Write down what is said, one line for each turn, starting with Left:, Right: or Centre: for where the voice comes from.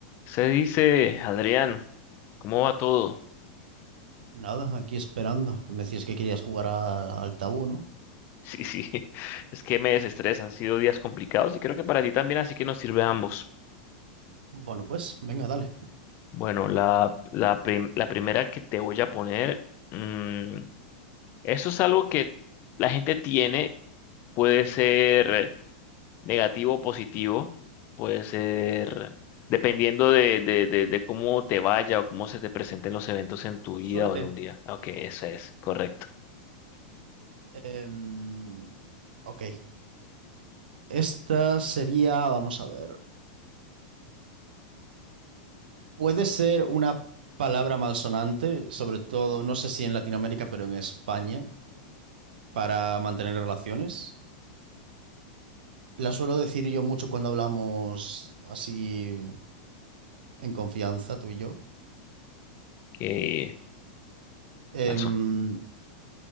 Left: Se dice, Adrián, ¿cómo va todo?
Right: Nada, aquí esperando, que me decías que querías jugar a- al tabú, ¿no?
Left: Sí, sí, <laughs> es que me desestresa, han sido días complicados y creo que para ti también, así que nos sirve a ambos.
Right: Bueno, pues, venga, dale.
Left: Bueno, la, la, prim- la primera que te voy a poner, mm, eso es algo que la gente tiene, puede ser negativo o positivo, puede ser dependiendo de, de, de, de cómo te vaya o cómo se te presenten los eventos en tu vida
Right: Suerte.
Left: o en un día. Ok, eso es, correcto.
Right: Em, ok, esta sería, vamos a ver, puede ser una palabra malsonante, sobre todo, no sé si en Latinoamérica, pero en España, para mantener relaciones. La suelo decir yo mucho cuando hablamos así en confianza, tú y yo.
Left: Qué
Right: Em,
Left: mal